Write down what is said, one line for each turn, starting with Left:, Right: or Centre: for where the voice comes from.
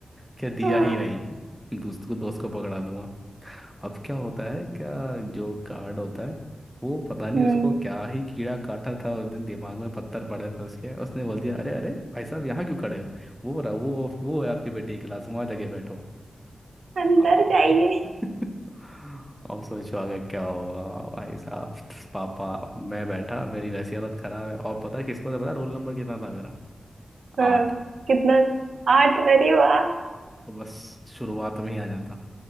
Centre: क्या दिया
Right: हाँ,
Centre: ही नहीं दोस्त को दोस्त को पकड़ा दूंगा अब क्या होता है क्या जो गार्ड होता है वो पता नहीं
Right: हम्म
Centre: उसको क्या ही कीड़ा काटा था उस दिन दिमाग में पत्थर पड़े थे उसके उसने बोल दिया अरे अरे भाई साहब यहाँ क्यों खड़े हो वो रहा वो वो है आपके बेटे की क्लास वहाँ जाके बैठो
Right: अंदर
Centre: आ,
Right: जाइए
Centre: <laughs> अब सोचो आगे क्या होगा भाई साहब पापा मैं बैठा मेरी वैसी हालत खराब है और पता है किस्मत है पता है, रोल नंबर कितना था मेरा
Right: हाँ
Centre: आठ
Right: कितना आठ अरे वाह <laughs>
Centre: तो बस शुरुआत में ही आ जाता